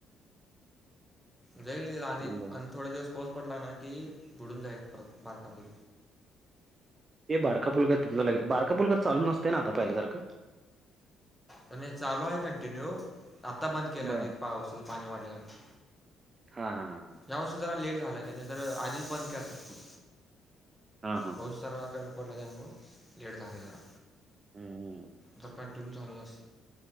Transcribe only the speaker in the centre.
जाईल आणि,
आणि थोडा दिवस पाऊस पडला ना की, बुडून जाईल परत बारका पूल.
नाही चालू आहे कंटिन्यू. आता बंद केला
ते, पावसच पाणी वाढलं त्यामुळं.
यावर्षी जरा लेट झाला. त्या नाही तर आधीच बंद करत्यात पूल.
पाऊस
जरा काय पडला त्यामुळं, लेट झाले जरा.
जर कंटिन्यू चालूच अस